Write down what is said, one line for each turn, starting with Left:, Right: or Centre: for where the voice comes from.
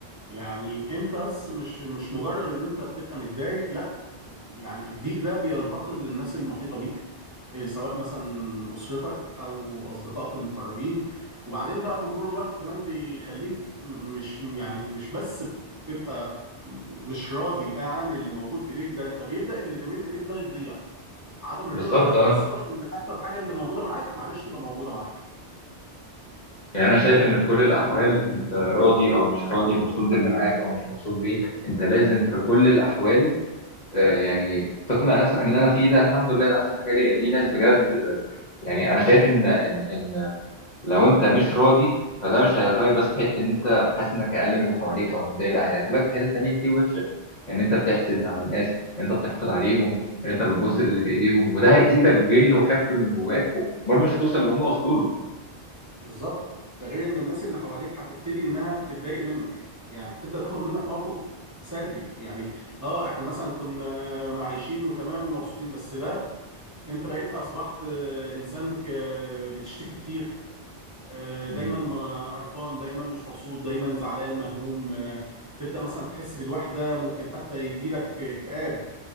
Right: يعني انت بس مش مش مجرد ان انت بتبقى متضايق لا يعني الضيق ده بينتقل للناس المحيطة بيك إيه، سواء مثلا أسرتك أو أصدقائك المقربين وبعدين بقى بمرور الوقت كمان بيخليك م- مش يعني مش بس بتبقى م- مش راضي عن اللي موجود في ايديك ده انت بيبدأ اللي بين ايديك ده يضيع عدم
Left: بالظبط
Right: الرضا ده يوصلك
Left: اه
Right: ان حتى الحاجة اللي موجودة معاك معلش تبقى موجودة معاك
Left: يعني انا شايف ان في كل الاحوال انت راضي او مش راضي مبسوط باللي معاك او مش مبسوط بيه انت لازم في كل الاحوال آه، يعني تقنع نفسك ان انا فيه ده الحمد لله ده احسن حاجه ليا في ناس بجد آه، يعني انا شايف ان ان ان لو انت مش راضي فده مش هيدخلك بس في حته ان انت حاسس انك اقل من اللي حواليك او متضايق لا هيدخلك في حته تانيه كتير وحشه ان انت بتحسد على الناس ان انت بتحقد عليهم ان انت بتبص للي في ايديهم وده هيزيدك غل وحقد من جواك وبرضه مش هتوصل اللي هم وصلوا له
Right: بالظبط ده غير ان الناس اللي حواليك هتبتدي انها تتضايق منك يعني هتبدا تاخد منك موقف سلبي يعني اه احنا مثلا كنا عايشين وتمام ومبسوطين بس ده انت بقيت اصبحت آه، انسان ك- بتشتكي كتير آه، دايما
Left: مم.
Right: ما- قرفان دايما مش مبسوط دايما زعلان مهموم آه، تبدا مثلا تحس بالوحده ممكن حتى يجي لك اكتئاب